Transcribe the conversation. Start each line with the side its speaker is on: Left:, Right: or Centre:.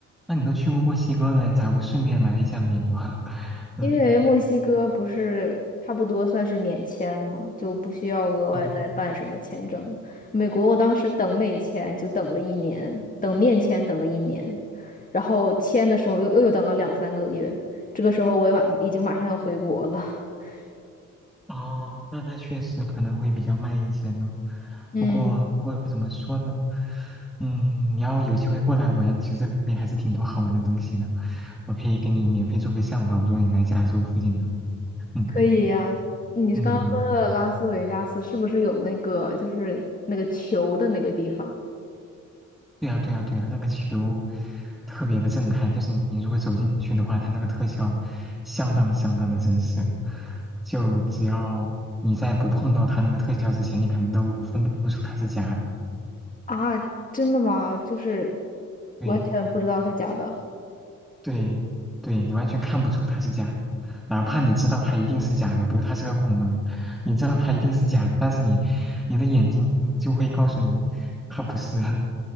Centre: 那你都去过墨西哥了，你咋不顺便来一下美国啊
Left: <laughs>
Centre: <laughs> 嗯，
Left: 因为墨西哥不是差不多算是免签嘛，就不需要额外再办什么签证。
Centre: 哦
Left: 美国我当时等美签就等了一年，等面签等了一年，然后签的时候又又又等了两三个月，这个时候我也马已经马上要回国了。<laughs>
Centre: 哦，那那确实可能会比较慢一些呢。
Left: 嗯，
Centre: 不过不过怎么说呢？嗯，你要有机会过来玩，其实这边还是挺多好玩的东西的。我可以给你免费做个向导，如果你来加州附近的话。嗯
Left: 可以呀。你刚刚说的拉斯维加斯是不是有那个就是那个球的那个地方？
Centre: 嗯嗯对呀，对呀，对呀，那个球特别的震撼，就是你如果走进去的话，它那个特效相当相当的真实。就只要你在不碰到它那个特效之前，你可能都分不出它是假的。
Left: 啊，真的吗？就是
Centre: 对
Left: 完全不知道是假的。
Centre: 对对，你完全看不出它是假的，哪怕你知道它一定是假的，比如它是个恐龙，你知道它一定是假的，但是你你的眼睛就会告诉你它不是。<laughs>